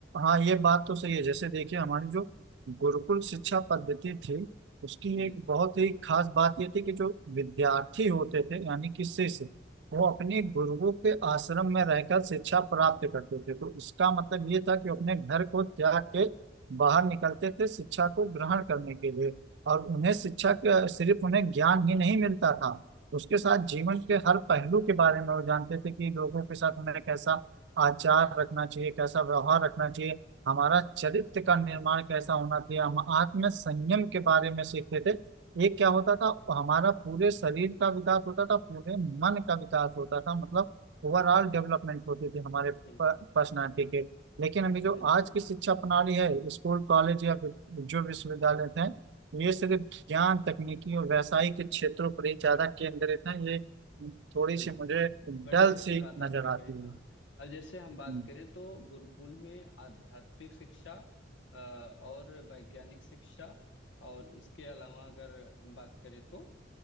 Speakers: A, on the right; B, on the left.
A: हाँ ये बात तो सही है जैसे देखिए हमारी जो गुरुकुल शिक्षा पद्धति थी उसकी
B: जी
A: एक बहुत ही खास बात ये थी कि जो विद्यार्थी होते थे यानी कि शिष्य वो अपने गुरुओं के आश्रम में रहकर शिक्षा प्राप्त करते थे तो इसका मतलब ये था कि वो अपने घर को त्याग के बाहर निकलते थे शिक्षा को ग्रहण करने के लिए और उन्हें शिक्षा का सिर्फ उन्हें ज्ञान ही नहीं मिलता था उसके साथ जीवन के हर पहलू के बारे में वो जानते थे कि लोगों के साथ उन्हें कैसा आचार रखना चाहिए कैसा व्यवहार रखना चाहिए हमारा चरित्र का निर्माण कैसा होना चाहिए हम आत्म संयम के बारे में सीखते थे ये क्या होता था हमारा पूरे शरीर का विकास होता था पूरे मन का विकास होता था मतलब ओवरऑल डेवलपमेंट होती थी हमारे
B: बिल्कुल
A: पर्सनालिटी के लेकिन अभी जो
B: बिल्कुल
A: आज की शिक्षा प्रणाली है स्कूल कॉलेज या वि- जो विश्वविद्यालय हैं ये सिर्फ ज्ञान तकनीकी और व्यावसायिक के क्षेत्रों पर ही ज्यादा केंद्रित हैं ये थोड़ी
B: बिल्कुल
A: सी मुझे डल
B: बड़ी अच्छी
A: सी
B: बात आपने
A: नजर
B: कही
A: आती
B: हाँ
A: है
B: अब जैसे हम बात
A: हम्म।
B: करें तो गुरुकुल में आध्यात्मिक शिक्षा अ, और वैज्ञानिक शिक्षा और इसके अलावा अगर हम बात करें तो